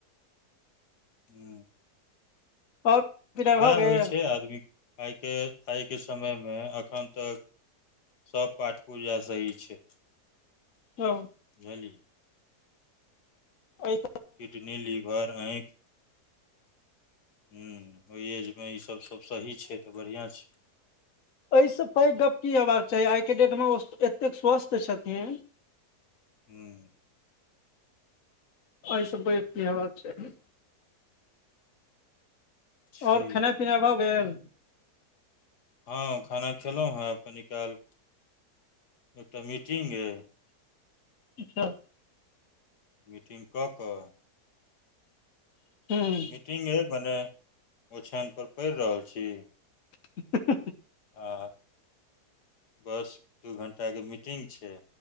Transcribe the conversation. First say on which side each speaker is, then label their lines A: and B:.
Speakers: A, on the left; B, on the left.
A: हू
B: आओर विदा
A: उएह
B: भऽ गेल
A: होइ छै आदमी आइके आइके समयमे एखन तक सभ पाठ पूजा सही छै
B: हँ
A: हझली
B: आऽ
A: किडनी लिवर आँख हूँ ओहि एजमे ईसब सब सही छै तऽ बढ़िआँ छै
B: एहिसँ पैघ गप की हेबाक चाही आइ के डेट मे ओ एतेक स्वस्थ छथिन
A: हूँ
B: एहि सब पागा की हबाक छै
A: छै
B: ओर खेनाय पीना भऽ गेल
A: हँ खाना खेलहुँ हँ आब कनी काल एकटा मीटिंग अ
B: अच्छा
A: मीटिंग कऽ कऽ
B: हूँ
A: मीटिंग अ बनय ओछनपर पढ़ि रहल छी
B: ह
A: हा बस दू घंटा के मीटिंग छै